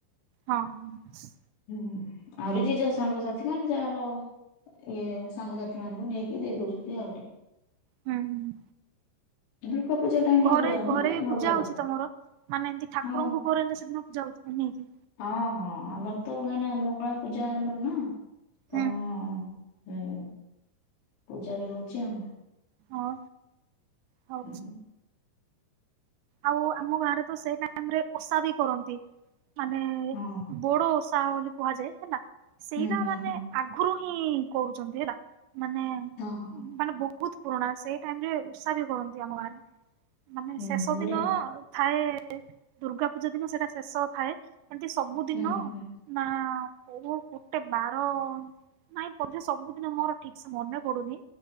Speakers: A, on the right; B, on the left.
A: ହଁ ହ ସି
B: ହୁଁ ଆହୁରି ଯିଏ ଯା ସାଙ୍ଗସାଥି ମାନେ ଯାହାର ଇଏ ସାଙ୍ଗସାଥି ମାନଙ୍କୁ ନେଇକି ଦେଇ ଦଉଚନ୍ତି ଆହୁରି
A: ହୁଁ ହୁଁ
B: ଦୁର୍ଗା ପୂଜା ଟାଇମ ଟା
A: ଘରେ
B: ବଢିଆ ମାନେ
A: ଘରେ ବି
B: ଭଲ
A: ପୂଜା
B: ଲାଗୁଛି
A: ହଉଛି ତମର ମାନେ ଏମିତି ଠାକୁରଙ୍କୁ
B: ହଁ
A: ଘରେ ହେଲେ ସେଦିନ ପୂଜା ହଉଚି ନେଇକି
B: ହଁ ହଁ ଆମର ତ କାଇନା ଆମ ମଙ୍ଗଳା ପୂଜା ଆମର ନା ତ
A: ହୁଁ
B: ଉଁ ପୂଜା ବି ହଉଚି ଆଉ
A: ହଁ ହଉ
B: ହୁଁ
A: ଆଉ ଆମ ଗାଁରେ ତ ସେଇ ଟାଇମ ରେ ଓଷା ବି କରନ୍ତି ମାନେ
B: ହଁ
A: ବଡ ଓଷା ବୋଲି କୁହାଯାଏ ହେଲା ସେଇଟା
B: ହୁଁ ହୁଁ
A: ମାନେ
B: ହୁଁ
A: ଆଗରୁ ହିଁ କରୁଚନ୍ତି ହେଲା ମାନେ
B: ହଁ ହ।
A: ମାନେ ବହୁତ ପୁରୁଣା ସେଇ ଟାଇମ ରେ ଉଷା ବି କରନ୍ତି ଆମ ଗାଁରେ ମାନେେ
B: ହୁଁ
A: ସେସ୍
B: ବଢିଆ
A: ଥାଏ ଦୁର୍ଗା ପୂଜା ଦିନ ସେଇଟା ଶେଷ ଥାଏ। ଏମିତି ସବୁଦିନ
B: ହୁଁ ହୁଁ
A: ନା କୋଉ ଗୋଟେ ବାର ନାଇଁ ପ ସବୁଦିନ ମୋର ଠିକ୍ ସେ ମନେ ପଡୁନି